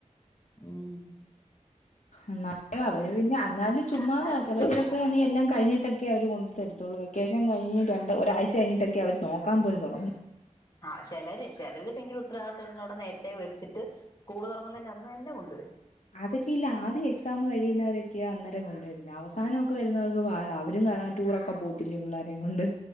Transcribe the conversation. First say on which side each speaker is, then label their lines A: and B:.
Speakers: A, on the left (about 30°); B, on the left (about 65°).
A: ം
B: എന്നാലും അവര് പിന്നെ എന്നാലും അവര് പിന്നെ എന്നാലും ചുമ്മാതാ
A: അതായത്
B: ചിലപ്പോഴൊക്കെ
A: സുഖാണ്
B: നീ എല്ലാംകഴിഞ്ഞിട്ട ക്കെ അവര് കൊണ്ടു തരത്തൊള്ളൂ വെക്കേഷൻ കഴിഞ്ഞ് രണ്ട് ഒരാഴ്ച കഴിഞ്ഞിട്ടൊക്കെ അവര് നോക്കാൻപോലും തുടങ്ങു.
A: ആഹ് ചെലരി ചലര് ഭയങ്കര ഉത്തരവാദിത്വത്തോടെ നേരത്തെ വിച്ചിട്ട് സ്കൂൾ തുറക്കുന്നതിന്റെ അന്ന് തന്നെ കൊണ്ടുവരും.
B: അതൊക്കെ ഇല്ല ആദ്യം എക്സാം കഴിയുന്നവരൊക്കെ അന്നേരം കൊണ്ടുവരുന്ന അവസാനൊക്കെ വരുന്നവർക്ക് പാട അവരും കാരണം ടൂറൊക്കെ പോ ത്തില്ല പിള്ളാരേം കൊണ്ട്.